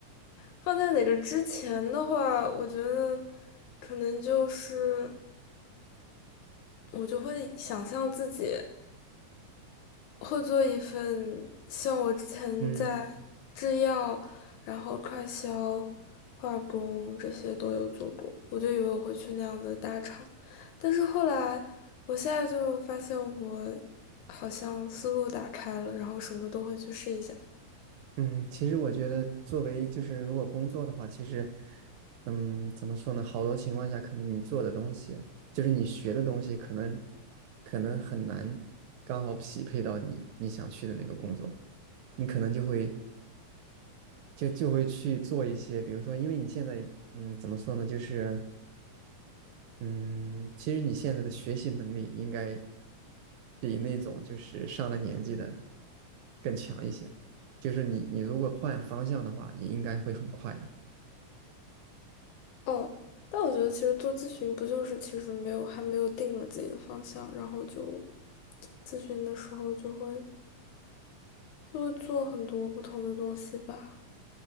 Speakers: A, on the left (about 80°); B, on the right (about 80°).
A: 放在哪个之前的话，我觉得可能就是我就会想象自己会做一份像我之前在
B: 嗯
A: 制药、然后快销、化工这些都有做过，我就以为我会去那样子的大厂，但是后来我现在就发现我好像思路打开了，然后什么都会去试一下。
B: 嗯，其实我觉得作为就是如果工作的话，其实，嗯，怎么说呢？好多情况下，可能你做的东西，就是你学的东西，可能可能很难刚好匹配到你你想去的那个工作。你可能就会就就会去做一些，比如说，因为你现在嗯怎么说呢，就是嗯，其实你现在的学习能力应该比那种就是上了年纪的更强一些。就是你，你如果换方向的话，也应该会很快的。
A: 哦，但我觉得其实做咨询不就是其实没有还没有定了自己的方向，然后就咨询的时候就会就会做很多不同的东西吧。